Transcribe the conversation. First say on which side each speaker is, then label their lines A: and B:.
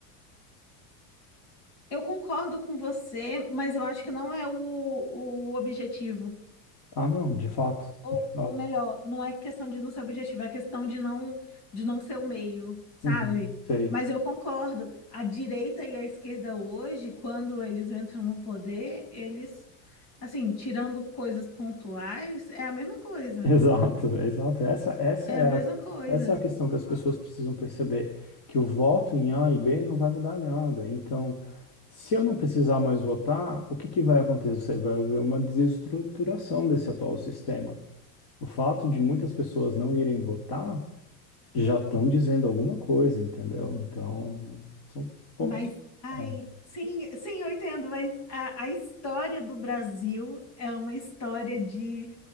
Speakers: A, on the left; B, on the left.
A: Eu concordo com você, mas eu acho que não é o, o objetivo.
B: Ah, não, de fato,
A: Ou,
B: de fato.
A: ou melhor, não é questão de não ser objetivo, é questão de não, de não ser o meio, sabe?
B: Uhum, sei.
A: Mas eu concordo, a direita e a esquerda hoje, quando eles entram no poder, eles, assim, tirando coisas pontuais, é a mesma coisa.
B: Exato, exato. Essa, essa
A: É
B: é
A: a mesma
B: a,
A: coisa.
B: essa é a questão que as pessoas precisam perceber, que o voto em A e B não vai mudar nada. Então, se eu não precisar mais votar, o que que vai acontecer? Vai haver uma desestruturação desse atual sistema. O fato de muitas pessoas não irem votar já estão dizendo alguma coisa, entendeu? Então, são
A: Mas,
B: pontos.
A: ai,
B: É,
A: sim, sim, eu entendo, mas a, a história do Brasil é uma história de